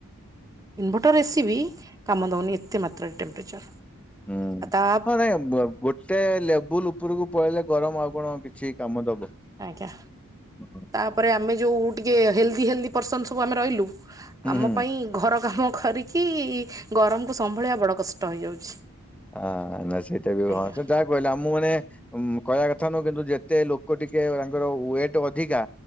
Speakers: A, on the right; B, in the centre.
A: ଇନ୍ଟଭର ଏ ସି ବି କାମ ଦୋଉନି ଏତେ ମାତ୍ରାରେ ଟେମ୍ପରେଚର୍
B: ହୁଁ
A: ଆ ତା
B: ହଁ ନାଇଁ ବୁ ଗୋଟେ ଲେବୁଲ୍ ଉପୁରୁକୁ ପଳେଇଲେ ଗରମ ଆଉ କଣ କିଛି କାମ ଦବ?
A: ଆଜ୍ଞା।
B: <inaudible>
A: ତାପରେ ଆମେ ଯୋଉ ଟିକେ ହେଲ୍ଦି ହେଲ୍ଦି ପର୍ସନ ସବୁ ଆମେ ରହିଲୁ।
B: ହୁଁ
A: ଆମ
B: ହୁଁ
A: ପାଇଁ ଘର କାମ କରିକି ଗରମକୁ ସମ୍ଭାଳିଆ ବଡ କଷ୍ଟ ହେଇଯାଉଛି।
B: ଆ ନା ସେଇଟା ବି
A: ଆଜ୍ଞା
B: ହଁ ସେ ଯାଆ କହିଲା ଆମୁଁ ମାନେ କହିବା କଥା ନୁହଁ କିନ୍ତୁ ଯେତେ ଲୋ ଲୋକ ଟିକେ ତାଙ୍କର ୱେଟ୍ ଅଧିକା।